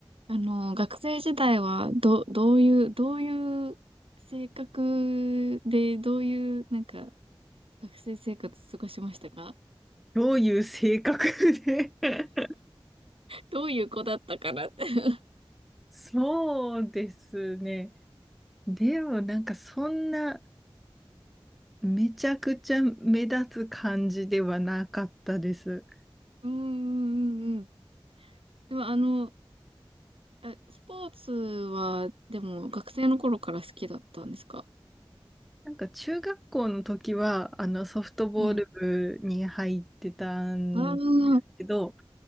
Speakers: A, on the right; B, in the centre.
A: あの、学生時代は、ど、どういう、どういう性格で、どういう、なんか、学生生活過ごしましたか
B: どういう性格で <laughs>
A: どういう子だったかなって <laughs>
B: そうですね。でもなんかそんなめちゃくちゃ目立つ感じではなかったです。
A: うんうんうんうん。でも、あの、あスポーツは、でも、学生の頃から好きだったんですか
B: なんか中学校の時はあのソフトボール
A: はい。
B: 部に入ってたん
A: ああ、
B: けど、